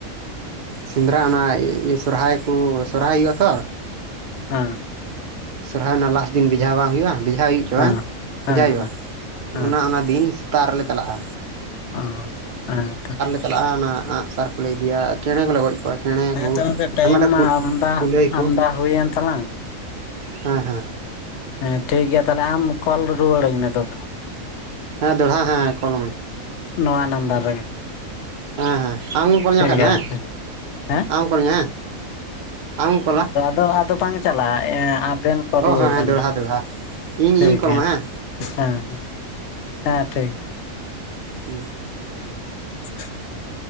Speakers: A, on the right; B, on the left.
A: ᱥᱮᱸᱫᱽᱨᱟ ᱚᱱᱟ ᱤᱭᱟᱹ ᱥᱚᱨᱦᱟᱭ ᱠᱚ ᱥᱚᱨᱦᱟᱭ ᱦᱩᱭᱩᱜᱼᱟ ᱛᱚ
B: ᱚ
A: ᱥᱚᱨᱦᱟᱭ ᱨᱮᱱᱟᱜ ᱞᱟᱥᱴ ᱫᱤᱱ ᱵᱮᱡᱷᱟ ᱵᱟᱝ ᱦᱩᱭᱩᱜ-ᱟ ᱵᱮᱡᱷᱟ ᱦᱩᱭᱩᱜ ᱪᱚ
B: ᱦᱮᱸ
A: ᱵᱟᱝ
B: ᱦᱮᱸ
A: ᱵᱷᱮᱡᱟ ᱦᱩᱭᱩᱜ-ᱟ
B: ᱦᱮᱸ
A: ᱚᱱᱟ ᱚᱱᱟ ᱫᱤᱱ ᱥᱮᱛᱟᱜ ᱨᱮᱞᱮ ᱪᱟᱞᱟᱜ-ᱟ
B: ᱚ ᱦᱮ ᱛᱚ
A: ᱪᱟᱞᱟᱜ-ᱟ ᱚᱱᱟ ᱟᱸᱜ ᱥᱟᱨ ᱠᱚᱞᱮ ᱤᱫᱤᱭᱟ ᱪᱮᱬᱮ ᱠᱚ ᱞᱮ ᱜᱚᱡ ᱠᱚᱣᱟ ᱠᱮᱬᱮ
B: ᱦᱮᱸ
A: ᱠᱚ
B: ᱛᱚ ᱜᱚᱝᱠᱮ ᱴᱟᱭᱤᱢ
A: ᱟᱭᱢᱟᱴᱟᱜ
B: ᱢᱟ ᱟᱢᱫᱟ
A: ᱠᱩᱞᱟᱹᱭ ᱠᱚ
B: ᱟᱢᱫᱟ ᱦᱩᱭᱮᱱ ᱛᱟᱞᱟᱝ
A: ᱦᱮ ᱦᱮ
B: ᱦᱮ ᱴᱷᱤᱠ ᱜᱮᱭᱟ ᱛᱟᱦᱚᱞᱮ ᱟᱢ ᱠᱚᱞ ᱨᱩᱣᱟᱹᱲᱟᱹᱧ ᱢᱮ ᱛᱚᱵᱮ
A: ᱦᱮ ᱫᱚᱲᱦᱟ ᱦᱮ ᱠᱚᱞ‌ ᱟᱢᱟᱧ
B: ᱱᱚᱣᱟ ᱱᱟᱢᱵᱟᱨ ᱨᱮᱜᱮ
A: ᱦᱮ ᱦᱮ ᱟᱢᱜᱮᱢ ᱠᱚᱞᱤᱧᱟ
B: ᱴᱷᱤᱠ
A: ᱵᱟᱠᱟᱱ
B: ᱜᱮᱭᱟ
A: ᱫᱚ ᱦᱮ
B: ᱜᱚᱝᱠᱮ ᱦᱮᱸ
A: ᱟᱢ ᱠᱚᱞᱤᱧᱟ ᱦᱮ ᱟᱢᱮᱢ ᱠᱚᱞᱟ
B: ᱚ ᱟᱫᱚ ᱵᱟᱝ ᱪᱟᱞᱟᱜ-ᱟ ᱟᱵᱮᱱ ᱨᱩᱣᱟᱹᱲ
A: ᱚ ᱦᱮᱸ ᱦᱮᱸ
B: ᱵᱮᱱ
A: ᱫᱚᱦᱲᱟ
B: ᱞᱟᱦᱟ
A: ᱫᱚᱦᱲᱟ ᱤᱧ
B: ᱴᱷᱤᱠ
A: ᱤᱧ ᱠᱚᱞ
B: ᱜᱮᱭᱟ
A: ᱟᱢᱟ ᱦᱮᱸ
B: ᱦᱮ ᱦᱮ ᱦᱮ ᱴᱷᱤᱠ
A: ᱦᱩ
B: <inaudible>